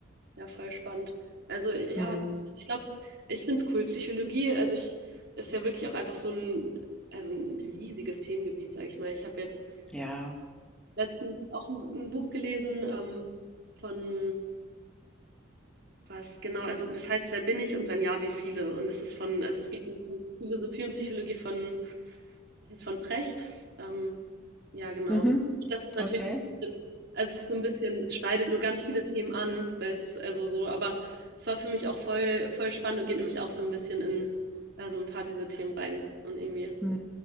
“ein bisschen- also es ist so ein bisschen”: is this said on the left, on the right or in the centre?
Right